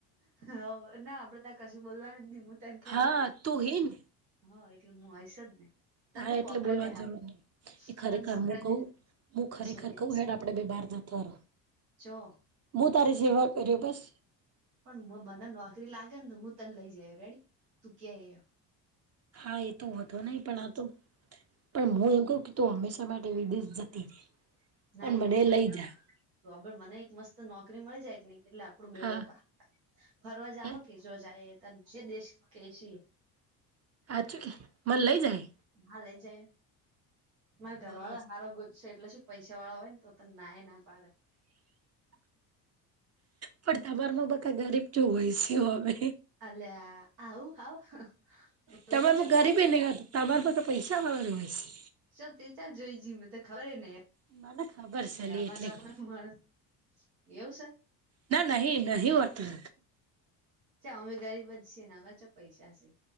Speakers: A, on the right; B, on the right.
A: હ ના આપડે ત્યાં કશું બોલવાની નહી હું તને કેયુ
B: હા તું હે ને
A: હા એટલે હું હશજ ને તને
B: હા
A: તો
B: એટલે
A: પોખડે
B: બોલવાની
A: બેહાડ
B: જરૂર નહી એ ખરેખર
A: તને પોખડે
B: હું કવું
A: બેહાડ
B: હું ખરેખર
A: શું કે
B: કવું હેડ આપડે બે બાર તર
A: જો
B: હુ તારી <unintelligible>
A: પણ મને નોકરી લાગે ને હું તને લઈ જય રેડી તું કે ઈ
B: હા એ તો વાંધો નહી પણ આતો પણ હું એમ કહું કે તું હંમેશા માટે વિદેશ જતી રે
A: ના
B: પણ
A: લી
B: મને
A: વી
B: લઈ જા
A: તો મને એક મસ્ત નોકરી મળી જાય કે નહી એટલે આપડું બેડો
B: હા
A: પાડ ફરવા જાહો
B: હે
A: કે જો જાય ત જે દશ કે જે ઈ
B: હચું કે મને લઈ જાય
A: હા લઇ જાય મારે ઘર
B: બસ
A: વાળો હારો ગોજશે એટલે પૈસા વાળા હોય ને તો તને નાયે ના પાડે
B: પણ તમાર માં બકા ગરીબ જો હોય છે હવે
A: અલ્યા આવું હાવ હવે
B: તમારુ
A: તો જે
B: ગરીબી
A: ભાઈ
B: ની હોય તમારમાં તો પૈસા વાળા હોય છે
A: ચાલ તે ક્યા જોઈ જઈ મને ખબર નઈ <unintelligible>
B: મને ખબર છે લી એટલે કઉ
A: એવું છે
B: ના ના નહી હોતું
A: ચ અમે ગરીબ જ છીએ ને અમારે ચ પૈસા છે